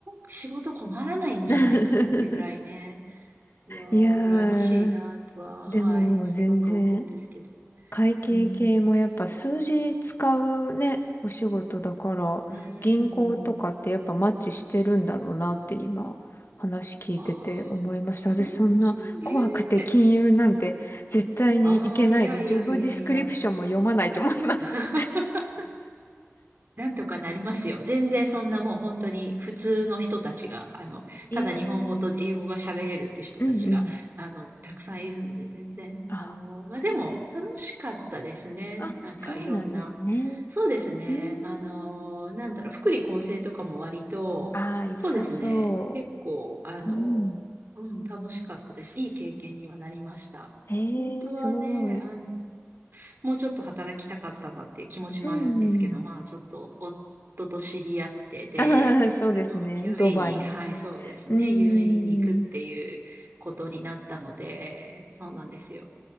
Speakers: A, on the right; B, on the left.
A: 仕事困らないんじゃないかなってぐらいね。
B: <laughs>
A: いやー、
B: いやー、
A: 羨ましいなとは、
B: でも全然、
A: はい、すごく思うんですけど。
B: 会計系もやっぱ数字使うね、
A: うん、
B: お仕事だから、
A: うん、
B: 銀行とかってやっぱマッチしてるんだろうなって今、話聞いてて思いました。
A: ああ、数字ね。
B: 私そんな怖くて金融なんて絶対にいけないで、
A: ああ、いやいやいやいや。
B: ジョブディスクリプションも読まないと思います。
A: <laughs> なんとかなりますよ。全然そんなもう本当に普通の人たちが、あの、
B: <laughs> えー、
A: ただ日本語と英語が喋れるって人たちが、
B: うんうん。
A: あの、たくさんいるので、全然。
B: あ、
A: あの、まあ、でも楽しかったですね。
B: あ、
A: なんかいろんな。
B: そうなんですね。
A: そうですね。
B: うーん。
A: あの、なんだろう、福利厚生とかも割と、
B: ああ、良さそ
A: そうですね。結構、あの、
B: う。うん。
A: うん、楽しかったです。いい経験にはなりました。
B: ええーすごい。
A: 本当はね、あの、もうちょっと働きたかったんだっていう気持ちもあるんですけど、
B: うん。
A: まあちょっと夫と知り合って、で、
B: ああ、そうですね。
A: あのユーエーイーに、
B: ドバイに。
A: はい、そうですね、
B: うーん。
A: u a に行くっていうことになったので、そうなんですよ。